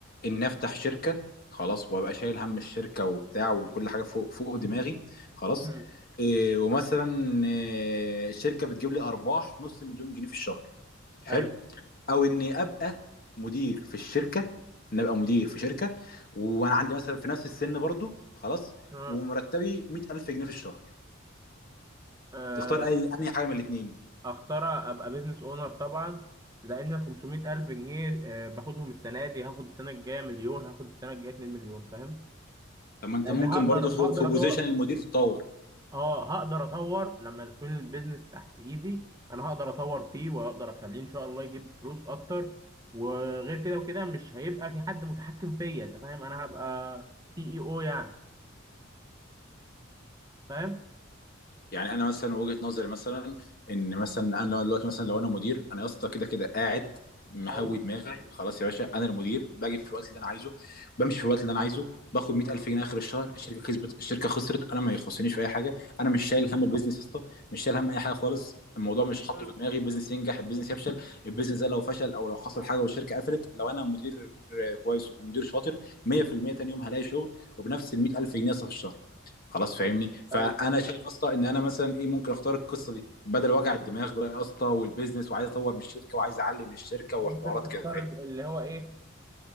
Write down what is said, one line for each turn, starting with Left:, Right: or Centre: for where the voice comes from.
Left: ان افتح شركه خلاص وابقى شايل هم الشركه وبتاع وكل حاجه فوق فوق دماغي خلاص
Right: مم.
Left: إيه ومثلا إيه الشركه بتجيب لي ارباح نص مليون جنيه في الشهر حلو
Right: ايوه
Left: او اني ابقى مدير في الشركه ان ابقى مدير في شركه وانا عندي مثلا في نفس السن برضو خلاص
Right: اه
Left: ومرتبي 100000 جنيه في الشهر
Right: آه،
Left: تختار اي انهي حاجه من الاثنين
Right: اختار ابقى بيزنس اونر طبعا لان ال 500 الف جنيه آه، باخدهم السنه دي هاخد السنه الجايه مليون هاخد السنه الجايه 2 مليون فاهم
Left: طب ما انت
Right: لان
Left: ممكن
Right: هقدر
Left: برضو في,
Right: هقدر
Left: في بوزيشن
Right: اطور
Left: المدير تتطور
Right: اه هقدر اطور لما يكون البيزنس تحت ايدي انا هقدر اطور فيه واقدر اخليه ان شاء الله يجيب فلوس اكتر وغير كده وكده مش هيبقى في حد متحكم فيا انت فاهم انا هبقى سي اي او يعني فاهم
Left: يعني انا مثلا وجهة نظري مثلا ان مثلا انا دلوقتي مثلا لو انا مدير انا يا اسطى كده كده قاعد مهوي
Right: ايوه
Left: دماغي أيوة. خلاص يا باشا انا المدير باجي في الوقت اللي انا عايزه بمشي في الوقت اللي انا عايزه باخد 100000 جنيه اخر الشهر الشركه كسبت الشركه خسرت انا ما يخصنيش في اي حاجه انا مش شايل هم البيزنس يا اسطى مش شايل هم اي حاجه خالص الموضوع مش حاطه في مم. دماغي البيزنس ينجح البيزنس يفشل البيزنس ده لو فشل او لو حصل حاجه والشركه قفلت لو انا مدير آه، كويس ومدير شاطر 100% تاني يوم هلاقي شغل وبنفس ال 100000 جنيه يا اسطى في الشهر خلاص فاهمني فانا
Right: ايوه
Left: شايف اصلا ان انا مثلا ايه ممكن اختار القصه دي بدل وجع الدماغ بقى يا اسطى والبيزنس وعايز اطور من الشركه وعايز اعلي من الشركه وحوارات
Right: ممكن تفترض
Left: كده فاهمني
Right: اللي هو ايه